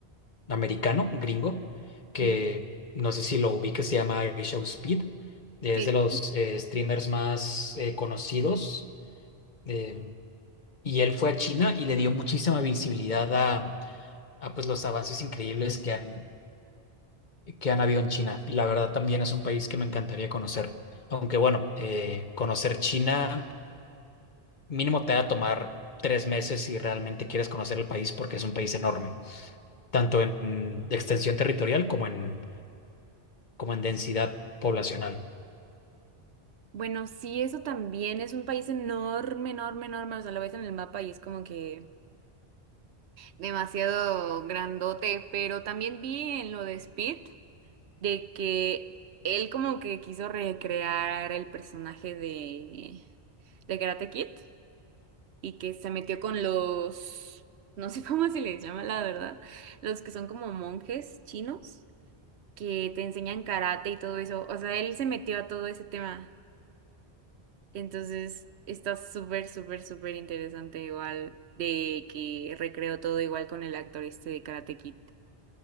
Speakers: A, on the left; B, on the right.
A: americano, gringo, que
B: ujú.
A: no sé si lo ubique, se llama Show Speed. Es
B: Sí.
A: de los eh, streamers más eh, conocidos. Em, y él fue a China y le dio muchísima visibilidad a, a pues, los avances increíbles que han que han habido en China. Y la verdad también es un país que me encantaría conocer. Aunque bueno, eh, conocer China mínimo te va a tomar tres meses si realmente quieres conocer el país porque es un país enorme, tanto en extensión territorial como en, como en densidad poblacional.
B: Bueno, sí, eso también es un país enorme, enorme, enorme. O sea, lo ves en el mapa y es como que demasiado grandote, pero también vi en lo de Speed. de que él como que quiso recrear el personaje de, de Karate Kid y que se metió con los, no sé <laughs> cómo se les llama la verdad, los que son como monjes chinos que te enseñan karate y todo eso. O sea, él se metió a todo ese tema. Entonces está súper, súper, súper interesante igual de que recreó todo igual con el actor este de Karate Kid.